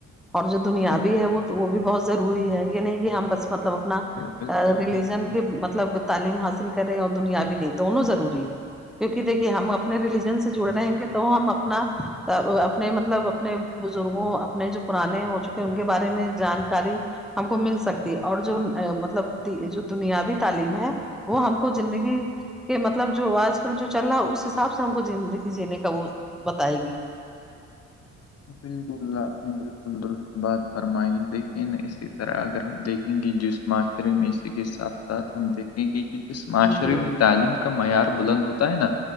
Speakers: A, in the centre; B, on the left.
A: اور جو دنیا
B: بالکل
A: بھی ہے وہ وہ بھی بہت ضروری ہے یہ نہیں کہ ہم بس مطلب اپنا
B: بالکل
A: ریلیجن
B: بالکل
A: کہ مطلب تعلیم حاصل کرے اور دنیا بھی نہیں دونوں ضروری ہے کیونکہ دیکھیے ہم اپنے ریلیجن سے جڑ رہیں گے تو ہم اپنا اپنے مطلب اپنے بزرگوں اپنے جو پرانے ہو چکے ان کے بارے میں جانکاری ہم کو مل سکتی اور جو مطلب جو دنیاوی تعلیم ہے وہ ہم کو زندگی کہ مطلب جو آج کل جو چل رہا اس حساب سے ہم کو زندگی جینے کا وہ بتائے گی
B: بالکل آپ نے بالکل درست بات فرمائی لیکن اسی طرح اگر ہم دیک گے جس معاشرے میں اسی کے ساتھ ساتھ ہم دیکھیں گے کہ جس معاشرے
A: جی
B: میں تعلیم کا معیار بلند ہوتا ہے نا